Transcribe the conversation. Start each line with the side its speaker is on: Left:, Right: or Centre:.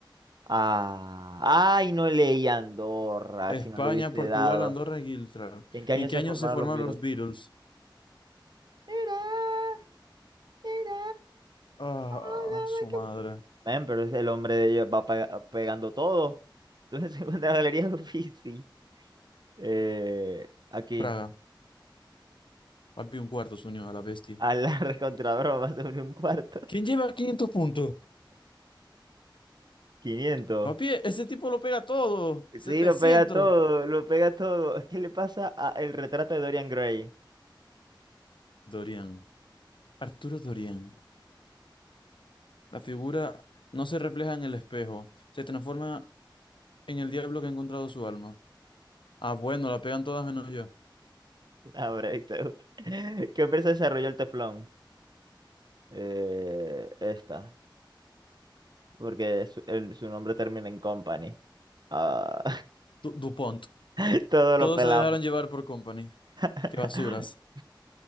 Right: Ah, ay, no leí Andorra,
Left: España,
Right: si no le hubiese
Left: Portugal,
Right: dado.
Left: Andorra y Gibraltar.
Right: ¿En qué año
Left: ¿En qué
Right: se
Left: año
Right: formaron
Left: se formaron
Right: los virus?
Left: los Beatles?
Right: Era, era,
Left: Ah,
Right: oh, no,
Left: su
Right: my
Left: madre.
Right: God. Men, pero es el hombre de ellos va pe- pegando todo. <laughs> Entonces se encuentra la galería Uffizi. Eh, aquí.
Left: Praga. Papi, un cuarto se unió a la bestia.
Right: A la <laughs> recontradora más sobre un cuarto.
Left: ¿Quién lleva 500 puntos?
Right: 500.
Left: Papi, ese tipo lo pega todo. setecientos
Right: Sí, lo pega todo, lo pega todo. ¿Qué le pasa a el retrato de Dorian Gray?
Left: Dorian. Arturo Dorian. La figura no se refleja en el espejo, se transforma en el diablo que ha encontrado su alma. Ah, bueno, la pegan todas menos yo.
Right: Ah, perfecto. <laughs> ¿Qué empresa desarrolló el teflón? Eh, esta, porque su, el- su nombre termina en company. Ah,
Left: Du- DuPont.
Right: <laughs> todo
Left: Todos
Right: lo pelamos.
Left: se dejaron llevar por Company.
Right: <laughs>
Left: Qué basuras.